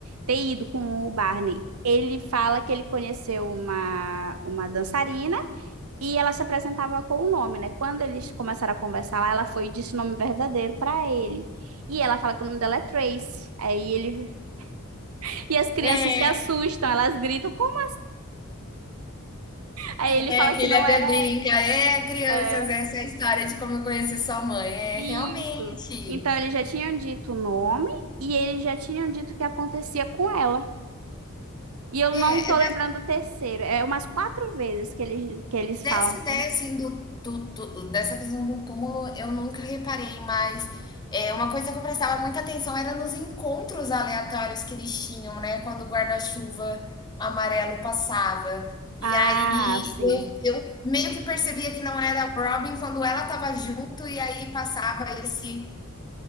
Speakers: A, on the right; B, on the left.
A: ter ido com o Barney. Ele fala que ele conheceu uma, uma dançarina e ela se apresentava com o nome, né? Quando eles começaram a conversar lá, ela foi e disse o nome verdadeiro para ele. E ela fala que o nome dela é Tracy. Aí ele. <laughs> E as crianças
B: é,
A: se assustam, elas gritam, como? Aí ele
B: é
A: fala
B: que
A: que
B: ele
A: não
B: até
A: era ela.
B: brinca, é, crianças,
A: É,
B: essa é a história de como eu conheci sua mãe. É,
A: isso.
B: realmente.
A: Então eles já tinham dito o nome e eles já tinham dito o que acontecia com ela. E eu
B: É,
A: não tô
B: é
A: lembrando o terceiro. É umas quatro vezes que eles, que eles
B: Dessa
A: falam assim.
B: ideia, assim, do, do, do- dessa questão do túmulo, eu nunca reparei, mas é, uma coisa que eu prestava muita atenção era nos encontros aleatórios que eles tinham, né? Quando o guarda-chuva amarelo passava. E
A: Ah,
B: aí
A: sim.
B: eu, eu meio que percebia que não era a Robin quando ela estava junto, e aí passava esse,